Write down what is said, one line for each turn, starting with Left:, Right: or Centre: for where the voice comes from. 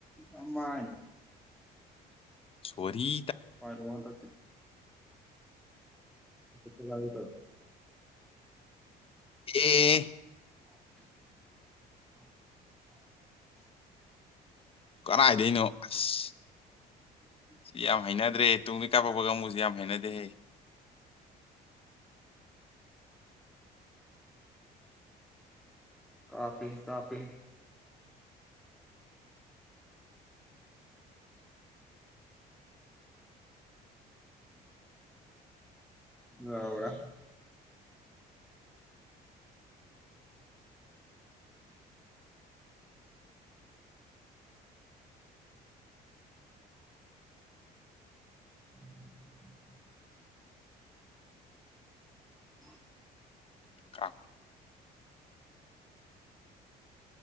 Centre: ꯑꯃ
Left: ꯁꯔꯤ
Centre: ꯄꯔ ꯋꯥꯗꯛꯇꯦ ꯆꯂꯣ
Left: ꯑꯦ
Centre: <unintelligible> <unintelligible> <unintelligible> <unintelligible>
Left: ꯀꯗꯥꯏꯗꯅꯣ ꯑꯁ
Centre: ꯎꯝ
Left: ꯁꯤ ꯌꯥꯝ ꯍꯩꯅꯗ꯭ꯔꯦ ꯇꯨꯡꯗ ꯀꯥꯞꯄꯛꯄꯒ ꯃꯨꯁꯨꯦ ꯌꯥꯝ ꯍꯩꯅꯗꯦ ꯍꯩ
Centre: ꯀꯥꯄꯤꯍꯦ ꯀꯥꯄꯤꯍꯦ ꯑ ꯍꯔ <unintelligible> <unintelligible>
Left: ꯀ